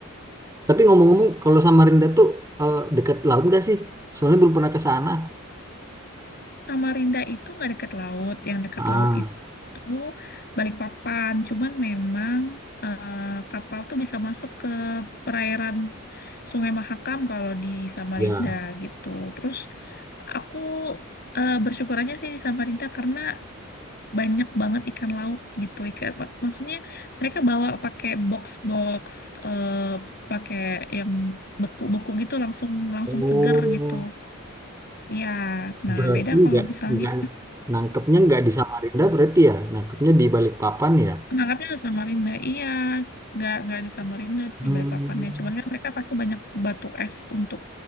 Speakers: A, on the right (about 15°); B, on the left (about 50°).
A: Tapi ngomong-ngomong, kalau Samarinda tuh eh, dekat laut nggak sih? Soalnya belum pernah ke sana.
B: Samarinda itu nggak dekat laut. Yang dekat
A: Ah,
B: laut itu Balikpapan. Cuman memang eh, kapal tuh bisa masuk ke perairan Sungai Mahakam kalau di Samarinda
A: ya.
B: gitu. Terus aku eh, bersyukur aja sih di Samarinda karena banyak banget ikan laut gitu. Ikan mak- maksudnya mereka bawa pakai box-box eh, pakai yang beku-beku gitu langsung langsung
A: Oh,
B: seger gitu. Iya, nah
A: berarti
B: beda kalau
A: nggak
B: misalnya
A: nggak nangkepnya nggak di Samarinda berarti ya? Nangkepnya di Balikpapan ya?
B: Nangkapnya di Samarinda, iya. Nggak, nggak di Samarinda,
A: Hmm,
B: di balikpapan ya. Cuman kan mereka pasti banyak batu es untuk